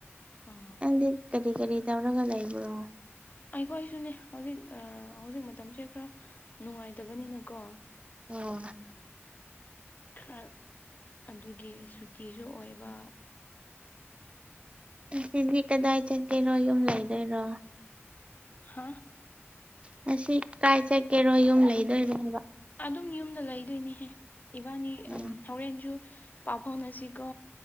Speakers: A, on the left (about 35°); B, on the right (about 25°).
A: ꯑꯣ
B: ꯅꯪꯗꯤ ꯀꯔꯤ ꯀꯔꯤ ꯇꯧꯔꯒ ꯂꯩꯕ꯭ꯔꯣ
A: ꯑꯩꯈꯣꯏꯁꯨꯅꯤ ꯍꯧꯖꯤꯛ ꯑꯥ ꯍꯧꯖꯤꯛ ꯃꯇꯝꯁꯦ ꯈꯔ ꯅꯨꯡꯉꯥꯏꯇꯕꯅꯤꯅꯀꯣ
B: ꯎꯝ
A: ꯈꯔ ꯑꯗꯨꯒꯤ ꯁꯨꯇꯤꯁꯨ ꯑꯣꯏꯕ
B: ꯉꯁꯤꯗꯤ ꯀꯗꯥꯏ ꯆꯠꯀꯦꯔꯣ ꯌꯨꯝ ꯂꯩꯗꯣꯏꯔꯣ
A: ꯍꯥꯥ
B: ꯉꯁꯤ ꯀꯥꯏ ꯆꯠꯀꯦꯔꯣ ꯌꯨꯝ ꯂꯩꯗꯣꯏꯔꯣ ꯍꯥꯏꯕ
A: ꯑꯗꯨꯝ ꯌꯨꯝꯗ ꯂꯩꯗꯣꯏꯅꯤꯍꯦ ꯏꯕꯥꯅꯤ
B: ꯍꯥꯏꯕ
A: ꯎꯝ ꯍꯣꯔꯦꯟꯁꯨ ꯄꯥꯎ ꯐꯥꯎꯅꯁꯤꯀꯣ